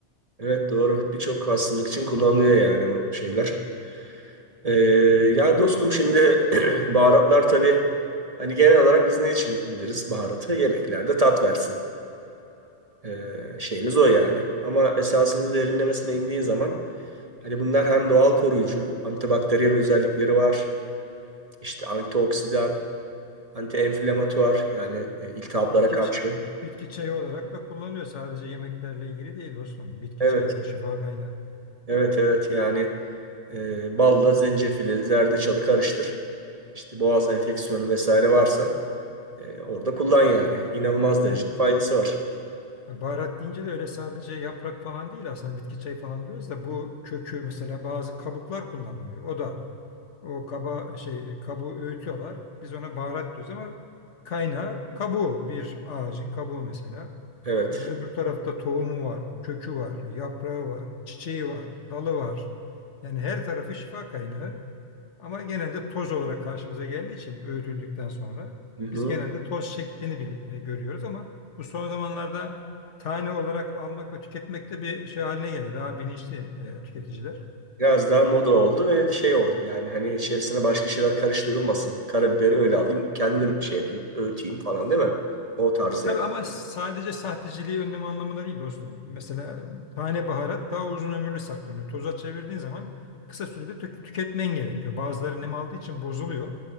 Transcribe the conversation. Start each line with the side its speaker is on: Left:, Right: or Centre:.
Right: Evet doğru. Birçok hastalık için kullanılıyor yani o şeyler. E, ya dostum şimdi <clears throat> baharatlar tabii hani genel olarak biz ne için biliriz baharatı? Yemeklerde tat versin. E, şeyimiz o yani. Ama esasında derinlemesine indiğin zaman hani bunlar hem doğal koruyucu, antibakteriyel özellikleri var. işte antioksidan, Anti-enflamatuar yani e, iltihaplara
Left: Bitki
Right: karşı.
Left: ç- bitki çayı olarak da kullanılıyor. Sadece yemeklerle ilgili değil dostum. Bitki
Right: Evet,
Left: çayları şifa kaynağı.
Right: evet, evet. Yani e, balla zencefili, zerdeçalı karıştır. İşte boğaz enfeksiyonu vesaire varsa e, orada kullan yani. İnanılmaz derecede
Left: Yani
Right: faydası var.
Left: baharat deyince de öyle sadece yaprak falan değil aslında bitki çayı falan diyoruz da bu kökü mesela bazı kabuklar kullanılıyor. O da O kaba şey kabuğu öğütüyorlar. Biz ona baharat diyoruz ama kaynağı kabuğu bir ağacın kabuğu mesela.
Right: Evet.
Left: Ee, öbür tarafta tohumu var, kökü var, yaprağı var, çiçeği var, dalı var. Yani her tarafı şifa kaynağı ama genelde toz olarak karşımıza geldiği için öğütüldükten sonra
Right: Hı hı.
Left: biz genelde toz şeklini bil- e, görüyoruz ama bu son zamanlarda tane olarak almak ve tüketmek de bir şey haline geldi. Daha bilinçli e, tüketiciler.
Right: Biraz daha moda oldu ve şey oldu yani hani içerisine başka şeyler karıştırılmasın. Karabiberi öyle alayım, kendim şey yapayım, öğüteyim falan değil mi? O tarzı
Left: Tabii ama sadece sahteciliği önleme anlamında değil dostum. Mesela tane baharat daha uzun ömürlü saklanıyor. Toza çevirdiğin zaman kısa sürede tük- tüketmen gerekiyor. Bazıları nem aldığı için bozuluyor.